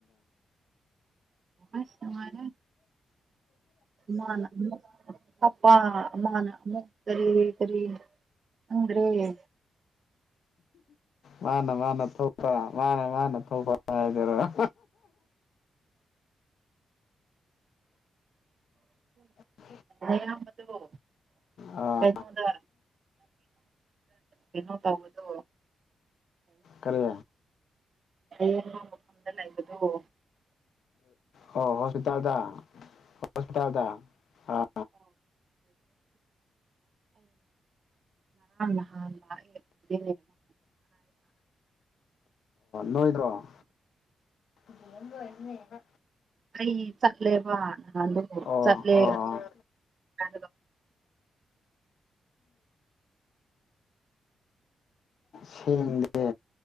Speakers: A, on the right; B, on the left.
A: ꯑꯁ ꯇꯔꯦ ꯃꯥꯅ ꯑꯄꯥ ꯃꯥꯅ ꯀꯔꯤ ꯀꯔꯤ ꯎ꯭ꯔꯦꯦ
B: ꯃꯥꯅ ꯃꯥꯅ ꯊꯧꯕ ꯃꯥꯅꯦ ꯃꯥꯅ ꯊꯧꯕ ꯍꯥꯏꯗꯔ ꯑ ꯑ
A: ꯑꯌꯥꯝ ꯃꯗꯨ
B: ꯑꯥ
A: ꯀꯩꯅꯣꯗ ꯌꯦꯅꯣ ꯇꯧꯕꯗꯣ
B: ꯀꯔꯦ
A: ꯑꯩ ꯃꯐꯝꯗ ꯂꯩꯕꯗꯣ
B: ꯑꯣ ꯍꯣꯁꯄꯤꯇꯥꯜꯗ ꯍꯣꯁꯄꯤꯇꯥꯜꯗ ꯑꯥ
A: ꯑ ꯂ
B: ꯅꯣꯏꯗ꯭ꯔꯣ ꯏꯗꯤꯝ ꯑꯣꯏꯅꯅ
A: ꯑꯩ ꯆꯠꯂꯦꯕ ꯅꯗꯣ
B: ꯑꯣ
A: ꯆꯠꯂꯦꯕ
B: ꯑꯣ
A: ꯀ
B: ꯁꯦꯡꯗꯦ